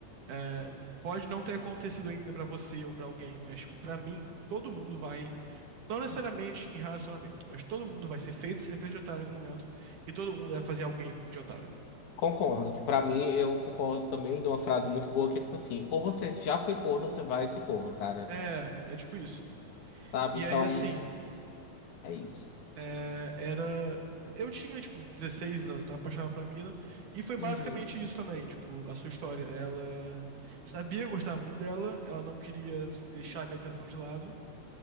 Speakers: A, on the right; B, on the left.
A: é, pode não ter acontecido ainda pra você ou pra alguém, mas, tipo, pra mim, todo mundo vai. Não necessariamente em relacionamento, mas todo mundo vai ser feito, ser feito de otário em algum momento. E todo mundo vai fazer alguém de otário.
B: Concordo, que pra mim eu concordo também de uma frase muito boa que é tipo assim, ou você já foi corno, ou você vai ser corno, cara.
A: É, é tipo isso.
B: Sabe?
A: E
B: Então,
A: aí, assim.
B: é isso.
A: É, era. Eu tinha, tipo, 16 anos, tava apaixonado pela menina. E foi basicamente
B: Uhum.
A: isso também, tipo, a sua história. Ela sabia que eu gostava muito dela, ela não queria, assim, deixar a minha atenção de lado.